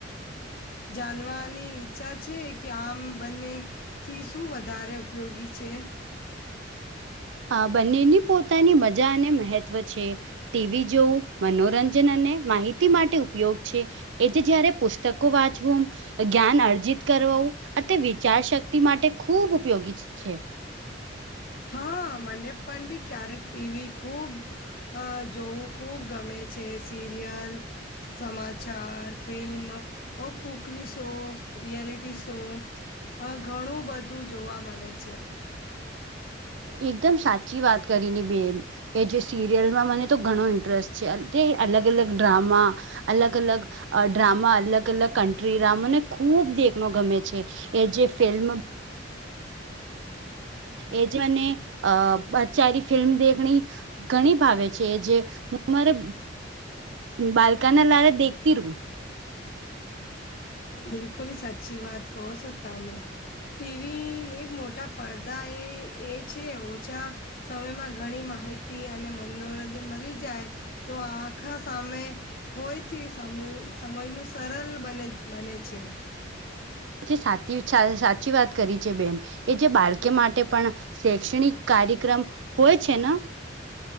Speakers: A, on the left; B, on the right.
A: જાણવાની ઈચ્છા છે કે આમ બંને થી શું વધારે ઉપયોગી છે
B: આ બંનેની પોતાની મજા અને મહહેત્વ છે ટીવી જોવું મનોરંજન અને માહિતી માટે ઉપયોગ છે એજ જયારે પુસ્તકો વાંચવું જ્ઞાન અર્જિત કરું આ તે વિચાર શક્તિ માટે ખૂબ ઉપયોગી છે.
A: હા મને પણ ભી ક્યારેક ટીવી ખૂબ અ જોવું ખૂબ ગમે છે સિરિયલ સમાચાર ફિલ્મ ઓ કુકરી શો રિયલિટી શો હ ઘણું બધું જોવા મળે છે.
B: એકદમ સાચી વાત કરી બેન એ જે સિરિયલમાં મને તો ઘણો ઇન્ટરેસ્ટ છે તે અલગ અલગ ડ્રામા અલગ અલગ ડ્રામા અલગ અલગ કન્ટ્રી ડામને ખૂબ દેખનો ગમે છે એ જે ફિલ્મ એ જે મને અ બચારી ફિલ્મ દખણી ઘણી ભાવે છે જે હું મારે બાલકાના લારે દેખતી રું
A: બિલકુલ સાચી વાત કહ સોતા હ મેં ટીવી એક મોટા પડદા એ એ છે ઓછા સમયમાં ઘણી માહિતી અને મનોરંજન મળી જાય તો આખા સામે હોયથી સમજનું સરળ બને બન છે.
B: જે સાચ સાચી વાત કરી છે બેન એ જે બાળકે માટે પણ શૈક્ષણિક કાર્યક્રમ હોય છે ને